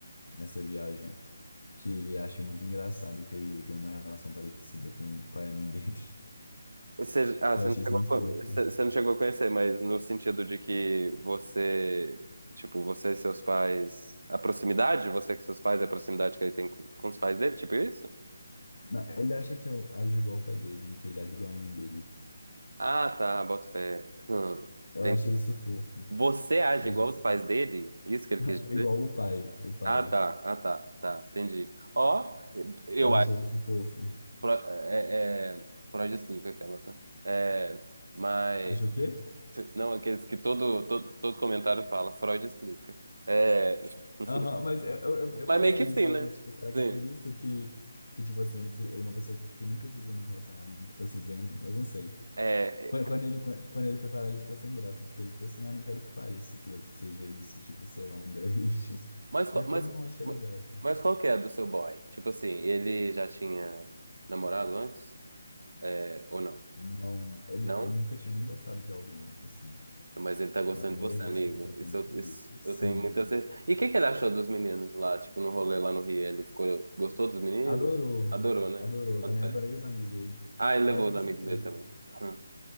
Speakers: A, on the left (about 80°); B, on the right (about 85°).
A: nessa viagem que ele acha muito engraçado que eu e ele tem uma relação parecida com o pai e a mãe dele. <laughs>
B: Você, ah,
A: Eu
B: você
A: achei
B: não
A: isso
B: chegou
A: muito
B: a, co-
A: fofo.
B: você você não chegou a conhecer, mas no sentido de que você, tipo, você e seus pais, a proximidade, você com seus pais, a proximidade que ele tem com, com os pais dele, tipo isso?
A: Na- Ele acha que eu ajo igual o pai dele e que ele age igual a mãe dele.
B: Ah, tá, boto fé. Hum,
A: Eu
B: entendi.
A: achei isso fofo.
B: Você age
A: Eu
B: igual
A: achei isso.
B: os pais dele? Isso que ele
A: <laughs>
B: quis dizer?
A: Igual o pai, o pai.
B: Ah, tá, ah, tá, tá, entendi. Ó, eu
A: Eu achei
B: acho,
A: isso fofo.
B: é, é, Freud explica aquelas, né? É, mas,
A: Achou o quê?
B: não, aqueles que todo, todo, todo comentário fala, Freud explica. É... <laughs>
A: Aham, mas eu, eu, eu
B: Mas
A: pensei
B: meio que
A: nisso
B: sim,
A: às
B: né?
A: vezes, tipo, será que
B: Sim.
A: é por isso que, que tipo assim, ele, se- ele é uma pessoa que nunca se viu no relacionamento, tá se vendo, mas não sei.
B: É,
A: Quan- Quando ele, quan- quando ele foi falar, ele ficou sem graça, porque ele ficou assim, ah, eu não quero que pareça que seja isso, tipo, sei lá, um <laughs> Daddy Issues.
B: mas, qual-
A: Aí eu falei,
B: mas,
A: não, achei legal.
B: mas qual que é do seu boy? Tipo assim, ele já tinha namorado antes? É, ou não?
A: Não, ele,
B: Não?
A: ele nunca tinha nem gostado de alguém, assim.
B: Mas ele tá gostando
A: É a primeira
B: de você,
A: vez
B: amigo.
A: que ele tá tendo
B: Isso, eu-
A: tudo
B: isso
A: isso. Sim.
B: eu tenho muita certeza. E o que que ele achou dos meninos lá, tipo, no rolê lá no Rio? Ele ficou, gostou dos meninos?
A: Adorou.
B: Adorou, né?
A: Adorou.
B: Quanto
A: Também adorei
B: é?
A: os amigos dele.
B: Ah, ele
A: Mas
B: levou
A: eu tenho
B: os amigos
A: certeza
B: dele
A: que...
B: também. Hum.